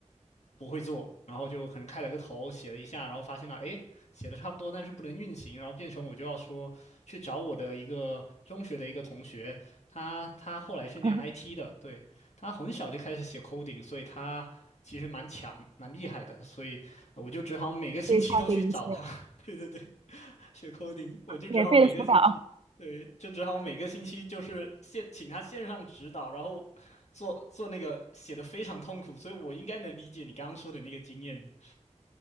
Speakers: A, on the left; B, on the right.
A: 不会做，然后就可能开了个头，写了一下，然后发现了，哎，写的差不多，但是不能运行，然后变成我就要说去找我的一个中学的一个同学，他他后来是念
B: <laughs>
A: IT 的，对，他很小就开始写 coding，所以他其实蛮强蛮厉害的，所以呃我就只好每个星期都去找他。
B: 所以他给你一些
A: <laughs> 对对对。<laughs> 学 coding，我就只好每个星期，
B: 免费的辅导。
A: 对，就只好每个星期就是线请他线上指导，然后做做那个写的非常痛苦，所以我应该能理解你刚刚说的那个经验。